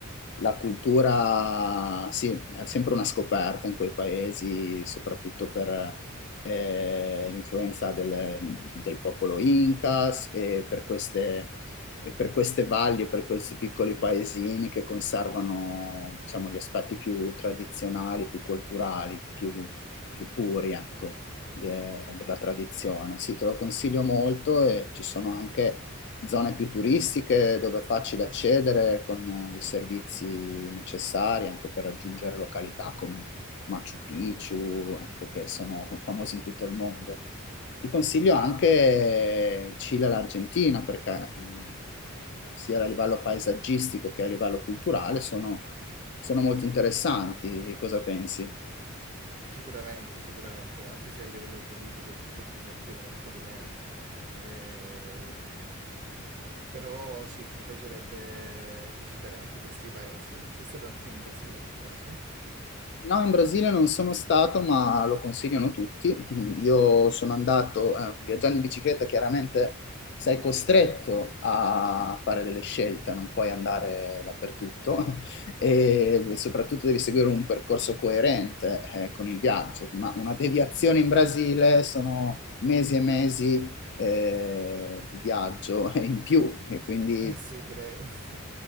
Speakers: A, on the left; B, on the right.
A: la cultura, sì, è sempre una scoperta in quei paesi, soprattutto per eh, l'influenza del, del popolo Incas e per queste, e per queste valli, e per questi piccoli paesini che conservano, diciamo, gli aspetti più tradizionali, più culturali, più, più puri, ecco de- della tradizione. Sì, te lo consiglio molto e ci sono anche zone più turistiche dove è facile accedere con eh, i servizi necessari anche per raggiungere località come Machu Picchu, ecco, che sono famosi in tutto il mondo. Ti consiglio anche il Cile e l'Argentina perché mh, sia a livello paesaggistico che a livello culturale sono, sono molto interessanti. Cosa pensi?
B: sicuramente, sicuramente, anche se a livello politico purtroppo mi attirano un po' di meno. Ehm, però sì, mi piacerebbe visitare anche questi paesi. Sei stato anche in Brasile per caso?
A: No, in Brasile non sono stato, ma lo consigliano tutti. Io sono andato, eh, viaggiando in bicicletta, chiaramente sei costretto a fare delle scelte, non puoi andare dappertutto <laughs> e soprattutto devi seguire un percorso coerente, eh, con il viaggio. Una, una deviazione in Brasile sono mesi e mesi, eh, di viaggio <laughs> in più e quindi
B: Eh sì, direi. <laughs>